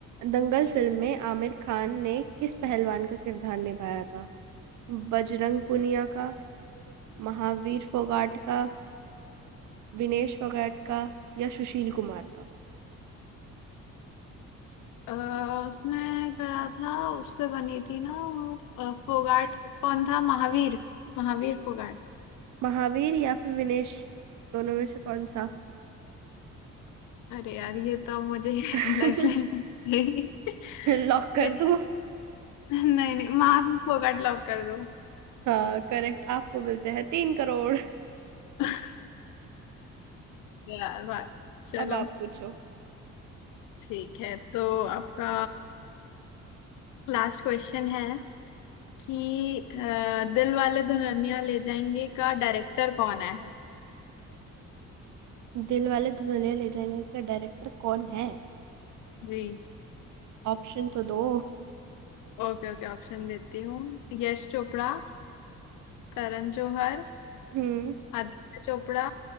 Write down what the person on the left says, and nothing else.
अह उसने करा था उस पे बनी थी ना वो, अह, फोगाट कौन था महावीर महावीर फोगाट
अरे यार ये तो अब मुझे <laughs>
लाइफ लाइन मिलेगी <laughs>
अरे
नहीं नहीं माँ भी फोकट लॉक कर दो
<laughs> यार वाह चलो
ठीक है तो आपका लास्ट क्वेश्चन है कि अ, दिल वाले दुल्हनिया ले जाएंगे का डायरेक्टर कौन है
जी
ओके ओके ऑप्शन देती हूँ यश चोपड़ा करण जौहर
आदित्य चोपड़ा